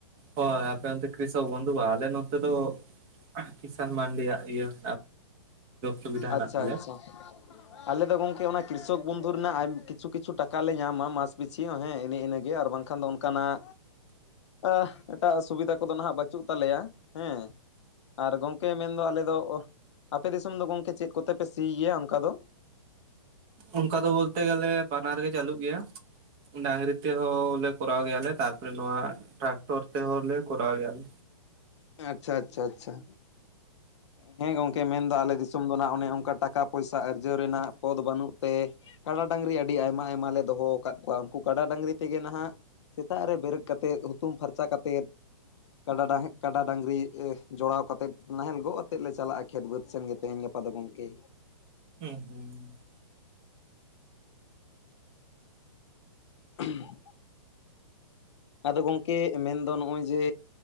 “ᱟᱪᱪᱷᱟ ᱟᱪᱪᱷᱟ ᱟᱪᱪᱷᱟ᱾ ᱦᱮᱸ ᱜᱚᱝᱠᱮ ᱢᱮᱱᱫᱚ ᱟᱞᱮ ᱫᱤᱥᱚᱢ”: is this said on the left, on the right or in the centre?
Left